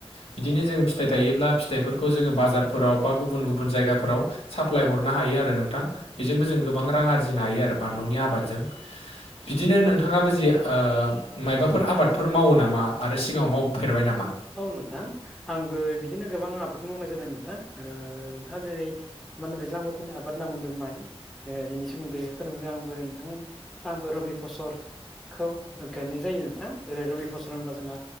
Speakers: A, on the left; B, in the centre.
A: बिदिनो जोङो फिथाइ थायोब्ला फिथाइफोरखौ जोङो बाजारफोराव बा गुबुन गुबुन जायगाफोराव साप्लाय हरनो हायो आरो नोंथां बेजोंबो जों गोबां रां आरजिनो हायो आरो बानलुनि आबादजों बिदिनो नोंथाङाबो जि मायबाफोर आबादफोर मावो नामा आरो सिगाङाव मावफेरबाय नामा
B: औ नोंथां आंबो बिदिनो गोबां आबाद मावनाय जादों नोंथां नोंथाङा जेरै मा होनो दैज्लां बोथोरनि आबाद होनना बुंदों माइ ओ बेनि सोमोन्दै फोरमायबाय आंबो नोंथां आंबो रबि फसर खौ गायनाय जायो नोंथां जेरै रबि फसर होनबा जोंहा